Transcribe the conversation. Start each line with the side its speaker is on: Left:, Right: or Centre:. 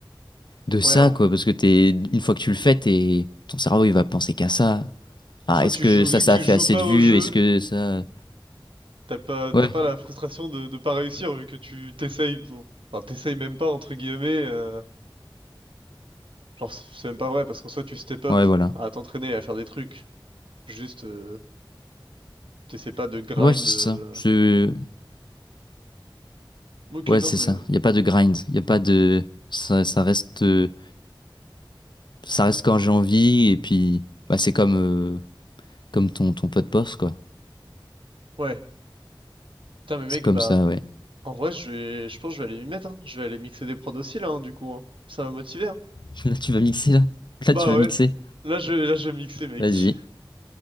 Left: de ça,
Right: Ouais, en...
Left: quoi. Parce que t'es, une fois que tu le fais, t'es, ton cerveau, il va penser qu'à ça. Ah,
Right: en soi,
Left: est-ce
Right: tu
Left: que
Right: joues,
Left: ça,
Right: vu
Left: ça
Right: que tu
Left: a fait
Right: joues
Left: assez
Right: pas
Left: de vues?
Right: au jeu,
Left: Est-ce que ça...
Right: t'as pas,
Left: Ouais,
Right: t'as pas la frustration de, de pas réussir vu que tu t'essayes, bon, enfin, t'essayes même pas, entre guillemets. euh, Genre, c'est c'est même pas vrai parce qu'en soi, tu step up
Left: ouais, voilà.
Right: à t'entraîner, à faire des trucs. Juste. euh, T'essaies pas de grind.
Left: Ouais, c'est
Right: euh,
Left: ça. Je...
Right: Ok,
Left: Ouais,
Right: non,
Left: c'est
Right: mais.
Left: ça. Il n'y a pas de grind. Il n'y a pas de... Ça, ça reste... euh, Ça reste quand j'ai envie. Et puis, bah, c'est comme, euh, comme ton, ton pot de poste, quoi.
Right: Ouais. Putain, mais mec,
Left: C'est comme
Right: bah.
Left: ça, ouais.
Right: En vrai, je vais. Je pense que je vais aller m'y mettre, hein. Je vais aller mixer des prods aussi, là, hein, du coup, hein. Ça va motiver, hein.
Left: <laughs> Là, tu vas mixer, là. Là,
Right: Bah
Left: tu vas mixer.
Right: ouais. Là, je vais, là, je vais mixer, mec.
Left: Vas-y.